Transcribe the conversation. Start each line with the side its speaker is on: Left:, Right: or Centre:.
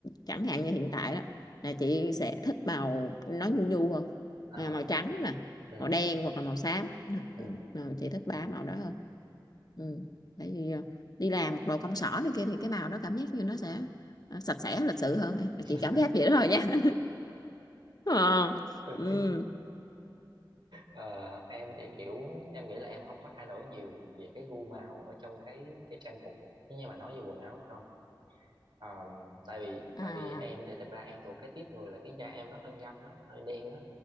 Left: chẳng hạn như hiện tại đó là chị sẽ thích màu nó nhu nhu hơn à,
Right: à
Left: màu trắng nè
Right: ừ
Left: màu đen hoặc là màu xám Đó.
Right: ừ
Left: rồi chị thích ba
Right: ừ
Left: màu đó hơn ừ. tại vì à, đi làm đồ công sở này kia thì cái màu đó cảm giác như nó sẽ à, sạch sẽ lịch sự hơn em
Right: <laughs>
Left: chị cảm giác vậy đó thôi nha <laughs> Ờ.
Right: ok
Left: ừ.
Right: Ờ, em thì kiểu em nghĩ là em không có thay đổi nhiều về cái gu màu ở trong cái cái trang phục nhưng mà nói về quần áo không Ờ, tại vì
Left: à
Right: tại vì em thì thật ra em thuộc cái tiếp người là cái da em nó hơi ngâm á hơi đen á